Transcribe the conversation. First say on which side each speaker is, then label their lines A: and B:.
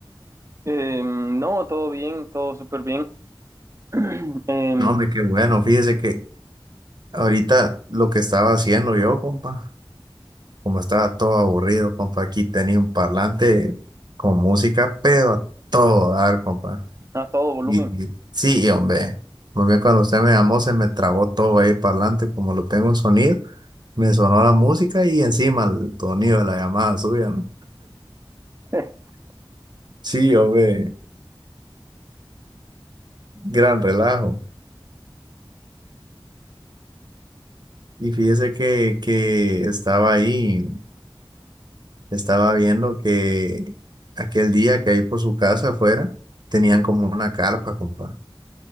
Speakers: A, on the right; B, on the right.
A: Em, no, todo bien, todo súper bien. <clears throat> Em,
B: No, hombre, qué bueno. Fíjese que ahorita lo que estaba haciendo yo, compa. Como estaba todo aburrido, compa, aquí tenía un parlante con música, pero a todo dar, compa.
A: a todo volumen.
B: Y y- sí, hombre, hombre, cuando usted me llamó se me trabó todo ahí el parlante, como lo tengo un sonido, me sonó la música y encima el sonido de la llamada suya, ¿no?
A: <laughs>
B: Sí, hombre, gran relajo. Y fíjese que, que estaba ahí, estaba viendo que aquel día que ahí por su casa afuera tenían como una carpa, compa.